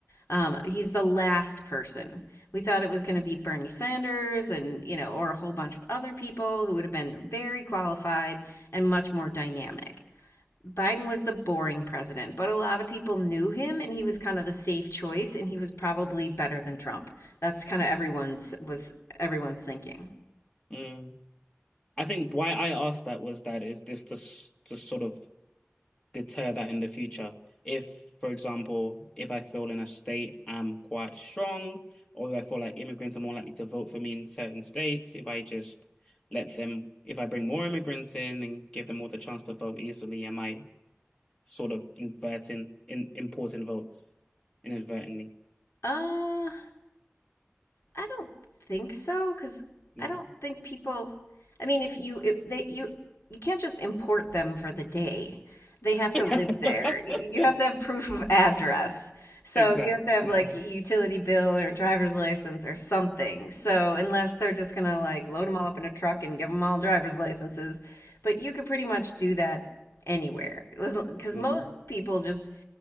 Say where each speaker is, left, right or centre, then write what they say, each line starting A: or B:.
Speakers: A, on the left (about 70°); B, on the left (about 20°).
A: Um, he's the last person. We thought it was going to be Bernie Sanders and you know, or a whole bunch of other people who would have been very qualified and much more dynamic. Biden was the boring president, but a lot of people knew him and he was kind of the safe choice and he was probably better than Trump. That's kind of everyone's was everyone's thinking.
B: Mm. I think why I asked that was that is this to s- to sort of deter that in the future. If, for example, if I feel in a state I'm quite strong, or if I feel like immigrants are more likely to vote for me in certain states, if I just let them, if I bring more immigrants in and give them all the chance to vote easily, am I sort of inverting in importing votes inadvertently?
A: Uh I don't think so, because
B: Mm.
A: I don't think people. I mean, if you if they you you can't just import them for the day. They have
B: <laughs>
A: to live there. Y- You have to have proof of address. So
B: Exactly.
A: you have to have
B: No.
A: like a utility bill or driver's license or something. So unless they're just gonna like load them all up in a truck and give them all driver's licenses, but you could pretty much do that anywhere. Because
B: Mm.
A: most people just